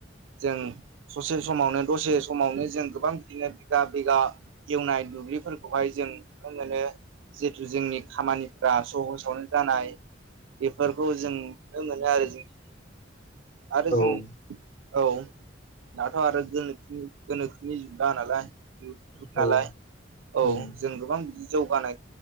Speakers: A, on the right; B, on the left.
A: जों ससे समावनो दसे समावनो जों गोबां बिदिनो बिगा बिगा एवनाय दुब्लिफोरखौहाय जों नुनो मोनो जिथु जोंनि खामानिफोरा सहसावनो जानाय बेफोरखौ जों नुनो मोनो आरो जोंनि आरो जों
B: औ
A: औ दाथ' आरो गोनोखो गोनोखोनि जुगा नालाय जुग जुग
B: औ
A: नालाय औ
B: उम
A: जों गोबां जौगानाय